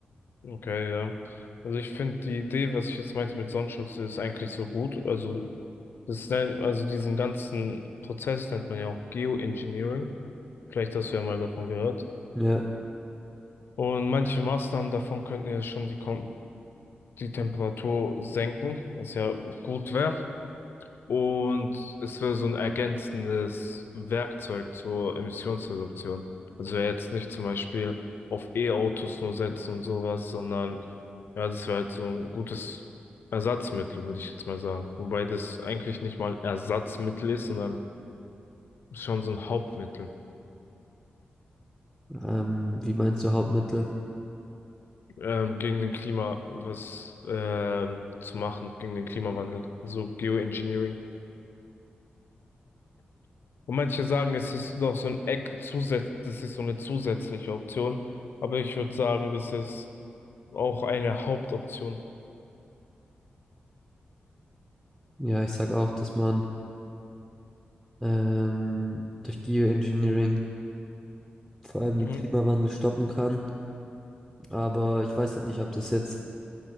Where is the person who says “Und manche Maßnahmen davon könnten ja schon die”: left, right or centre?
Left